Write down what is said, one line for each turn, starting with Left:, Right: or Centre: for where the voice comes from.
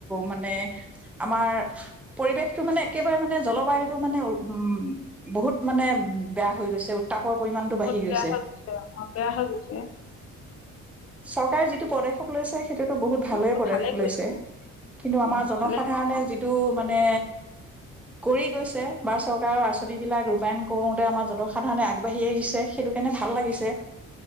Centre: মানে আমাৰ পৰিৱেশটো মানে একেবাৰে মানে জলবায়ুতটো মানে উ উ বহুত মানে বেয়া হৈ গৈছে উত্তাপৰ পৰিমাণতটো
Left: বহুত
Centre: বাঢ়ি গৈছে
Left: বেয়া হৈ অ বেয়া হৈ গৈছে
Centre: চৰকাৰে যিটো পদক্ষেপ লৈছে সেইটোতো বহুত ভালৰে
Left: অ এইটো
Centre: পদখেপশ
Left: ভালে কৰিছে
Centre: লৈছে কিন্তু আমাৰ
Left: অ
Centre: জনসাধাৰণে
Left: ভালে কৰিছে
Centre: যিটো মানে কৰি গৈছে বা চৰকাৰৰ আঁচনিবিলাক ৰূপায়ণ কৰোতে আমাৰ জনসাধাৰণে আগবাঢ়ি আহিছে সেইটো কাৰণে ভাল লাগিছে